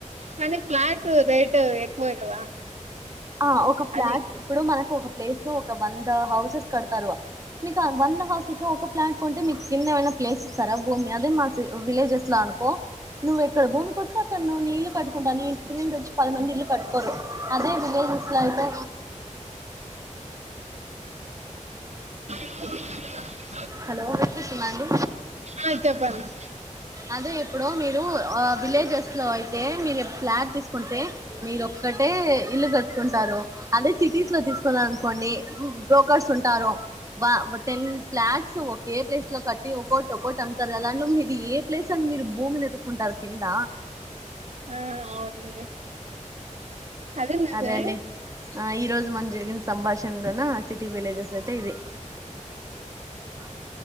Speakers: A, on the right; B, on the right.
A: కాని ఫ్లాట్ రేటు ఎక్కువే కదా
B: ఆ ఒక ఫ్లాట్
A: అది
B: ఇప్పుడు మనకు ఒక ప్లేస్ లో ఒక వంద హౌసెస్ కడతారు మీకు వంద హౌసెస్ లో ఒక ఫ్లాట్ కొంటే మీకు కింద ఏమైనా ప్లేస్ ఇస్తారా భూమి అదే మా సి విలేజెస్ లో అ నుకో నువ్వు ఎక్కడ భూమి కుంటే అక్కడ నువ్ నీ ఇల్లు కట్టుకుంటావు నీ ఇంటి మిందొచ్చి పది మంది ఇల్ కట్టుకోరు అదే విలేజెస్ లో అయితే
A: అ
B: హలో వినిపిస్తుందా అండి
A: ఆ చెప్పండి
B: అదే ఇప్పుడో మీరు ఆ విలేజెస్ లో అయితే మీరు ఫ్లాట్ తీసుకుంటే మీరు ఒకటే ఇల్లు కట్టుకుంటారు అదే సిటీస్ లో తీసుకున్నారు అనుకోండి బ్రోకర్స్ ఉంటారు వా టెన్ ఫ్లాట్స్ ఒకే ప్లేస్ లో కట్టి ఒకోటొకోటి ఒకోటొకోటి అమ్తారు కద దాంట్లో మీది ఏ ప్లేస్ అని మీరు భూమిని ఎతుక్కుంటారు కింద
A: ఆ అవునుండి అది నిజమే
B: అదే అండి ఆ ఈ రోజు మన్ జరిగిన సంభాషణలోన సిటీ విలేజెస్ అయితే ఇది <inaudible>